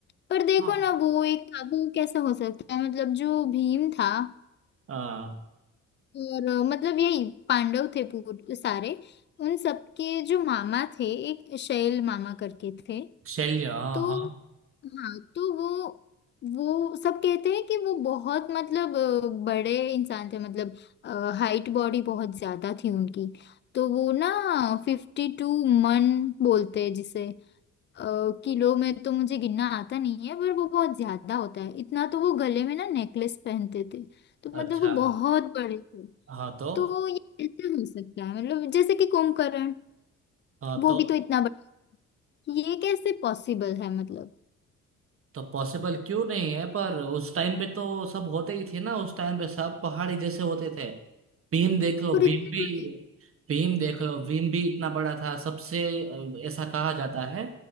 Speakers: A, on the left; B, on the right.
A: पर देखो
B: हाँ
A: ना वो एक था वो कैसे हो सकता है मतलब जो भीम था
B: आ,
A: और अ, मतलब यही पांडव थे पूर- सारे उन सबके जो मामा थे एक शैल मामा करके थे
B: शल्य हाँ
A: तो
B: हाँ
A: हाँ तो वो वो सब कहते हैं कि वो बहुत मतलब अ, बड़े इंसान थे मतलब हाइट बॉडी बहुत ज्यादा थी उनकी तो वो ना फिफ्टी टू मन बोलते हैं जिसे अ, किलो में तो मुझे गिनना आता नहीं है पर वो बहुत ज्यादा होता है इतना तो वो गले में ना नेकलेस पहनते थे तो मतलब
B: अच्छा
A: वो बहुत बड़े थे
B: हाँ तो
A: तो ये कैसे हो सकता है मतलब जैसे कि कुंभकर्ण
B: हाँ
A: वो
B: तो
A: भी तो इतना बड़ा ये कैसे पॉसिबल है मतलब
B: तो पॉसिबल क्यों नहीं है पर उस टाइम पे तो सब होते ही थे ना उस टाइम पे सब पहाड़ी जैसे होते थे भीम देख लो
A: पर
B: भीम
A: इतने
B: भी
A: बड़े
B: भीम देख लो भीम भी इतना बड़ा था सबसे अ, ऐसा कहा जाता है